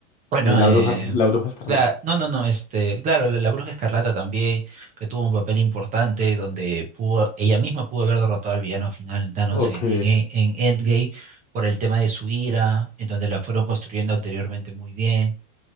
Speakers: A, on the right; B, on the left.
A: bueno,
B: Eh, la
A: eh,
B: bruja, la bruja escarlata.
A: la, no, no, no, este, claro, la, la Bruja Escarlata también, que tuvo un papel importante donde pudo, ella misma pudo haber derrotado al villano final, Thanos,
B: Ok.
A: en, en, E- en Endgame, por el tema de su ira, en donde la fueron construyendo anteriormente muy bien.